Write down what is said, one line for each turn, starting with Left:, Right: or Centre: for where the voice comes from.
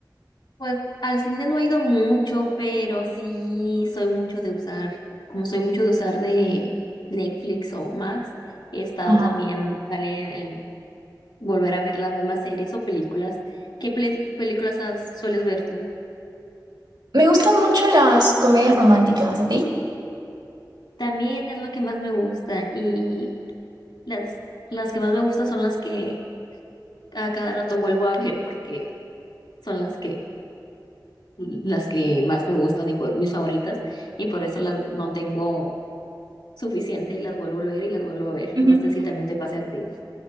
Left: Pues al cine no he ido mucho, pero sí soy mucho de usar, como soy mucho de usar de Netflix o Max, he estado
Right: Ajá.
Left: también, sale en el volver a ver las mismas series o películas. ¿Qué pele- películas has- sueles ver tú?
Right: Me gustan mucho las comedias románticas, ¿a ti?
Left: También es lo que más me gusta y Las, las que más me gustan son las que a cada rato vuelvo a ver porque son las que, las que más me gustan y por mis favoritas y por eso las no tengo suficiente y las vuelvo a ver y las vuelvo a ver.
Right: Ujú.
Left: No sé si también te pase a ti.